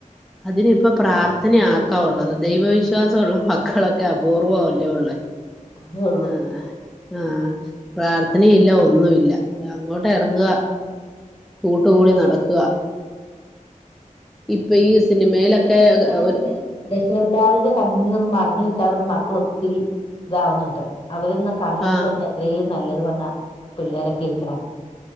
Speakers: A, in the centre; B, on the left.
A: അതിനി ഇപ്പോ പ്രാർത്ഥന ആർക്കാ ഉള്ളത് ദൈവവിശ്വാസൊള്ള മക് ക്കളൊക്കെ അപൂർവ്വംല്ലേ ഉള്ളേ
B: അതേ ഉള്ളൂ
A: ആഹ്. ആഹ്, പ്രാർത്ഥനയില്ല ഒന്നുഇല്ല അങ്ങോട്ട് എർങ്ങ. കൂട്ടുകൂടി നടക്ക ഇപ്പ
B: അപ്പം
A: ഈ സിനിമേലൊക്കെ
B: ഒന്ന് രക്ഷകർത്താവിന്റെ
A: ഒര്
B: രക്ഷകർത്താവിന്റെ കൺ മുന്നിൽനിന്നും മറഞ്ഞ് കിട്ടാൻ വേണ്ടി മക്കൾ ഒത്തിരി ഇതാവുന്നുണ്ട് അവരൊന്ന് കണ്ണടച്ചെങ്കി
A: ആഹ്
B: അത്രയും നല്ലത് പറഞ്ഞ പിള്ളേരൊക്കെ ഇരിക്കണേ.